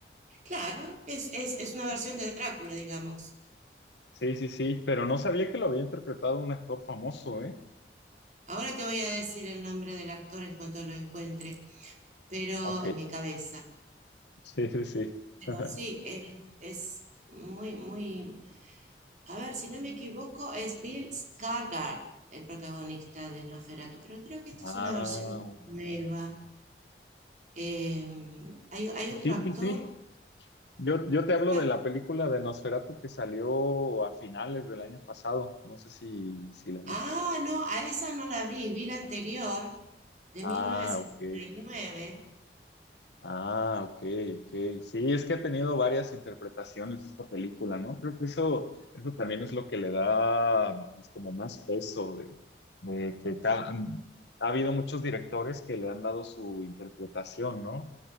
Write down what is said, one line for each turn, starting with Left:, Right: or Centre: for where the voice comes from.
Right: claro, es, es, es una
Left: Ajá.
Right: versión de Drácula, digamos.
Left: Sí, sí, sí, pero no sabía que lo había interpretado un actor famoso, ¿eh?
Right: Ahora te voy a decir el nombre del actor en cuanto lo encuentre, pero
Left: Ok,
Right: en mi cabeza.
Left: sí, sí, sí.
Right: Pero
Left: <laughs>
Right: sí, es, es muy, muy... A ver, si no me equivoco, es Bill Skarsgård el protagonista de Nosferatu, pero creo que esta
Left: Ah,
Right: es una versión
Left: ok.
Right: nueva. Eh, hay, hay otro
Left: Sí,
Right: actor.
Left: sí, sí. Yo, yo te hablo
Right: Ah,
Left: de la película de Nosferatu que salió a finales del año pasado. No sé si, si la viste.
Right: ah, no, a esa no la vi, vi la anterior, de
Left: Ah,
Right: mil novecientos
Left: ok.
Right: setenta y nueve
Left: Ah, ok, ok. Sí, es que ha tenido varias interpretaciones esta película, ¿no? Creo que eso, eso también es lo que le da pues, como más peso de, de que ca- ha habido muchos directores que le han dado su interpretación, ¿no?